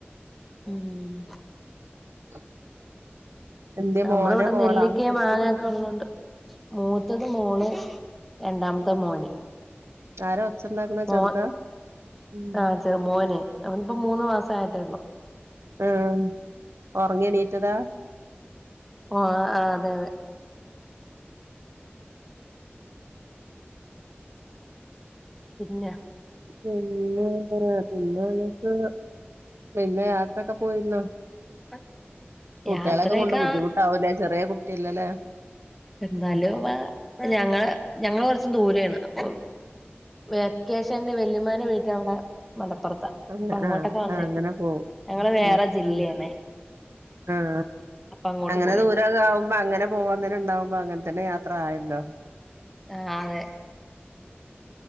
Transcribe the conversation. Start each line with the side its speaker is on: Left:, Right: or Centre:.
Centre: ഉം
Right: <inaudible> എന്ത്യേ
Centre: നമ്മള്
Right: മോനാ
Centre: ഇവിടെ
Right: മോളാ
Centre: നെല്ലിക്കയെ
Right: കുട്ടി
Centre: മാങ്ങൊക്കെ ഉള്ളതൊണ്ട് മൂത്തത് മോള് രണ്ടാമത്തെ മോന്
Right: ആരാ ഒച്ചണ്ടാക്ക്ണെ
Centre: മോ
Right: ചെറുതാ ഉം
Centre: ആഹ് ചെറ് മോനെ അവനിപ്പ മൂന്ന് മാസം ആയിട്ടേള്ളു
Right: ആഹ് ഒറങ്ങിണീറ്റതാ
Centre: ഓഹ് ആഹ് അതെ അതെ പിന്നെ
Right: പിന്നെന്തറിയോ പിന്നെ ങ്ങക്ക് പിന്നെ യാത്രയൊക്കെ പോയിരുന്നോ
Centre: ആഹ്
Right: കുട്ടികളെയൊക്കെ
Centre: യാത്രയക്കെ
Right: കൊണ്ട് ബുദ്ധിമുട്ടാവൂലേ ചെറിയ കുട്ടിയല്ലല്ലേ
Centre: എന്നാലുംള്ള
Right: ഉം
Centre: ഞങ്ങള് ഞങ്ങള് കൊറച്ചു ദൂരെയാണ് അപ്പൊ വെക്കേഷൻല് വെല്ലിമ്മാന്റെ വീട്ടില് അവിടെ മലപ്പൊറത്താ
Right: അങ്ങനെ
Centre: അപ്പൊ അങ്ങോട്ടൊക്കെ
Right: ആഹ്
Centre: വന്നെ
Right: ആഹ് അങ്ങനെ പോവും
Centre: ഞങ്ങള് വേറെ
Right: ഉം
Centre: ജില്ലയാണ്
Right: അങ്ങനെ ആഹ്
Centre: അങ്ങോട്ട്
Right: അങ്ങനെ
Centre: പോയിരുന്നു
Right: ദൂരൊകെ ആവുമ്പോ അങ്ങനെ പോവാൻന്നെണ്ടാവുമ്പോ അങ്ങനെ തന്നെ യാത്ര ആയല്ലോ
Centre: ആഹ് അതെ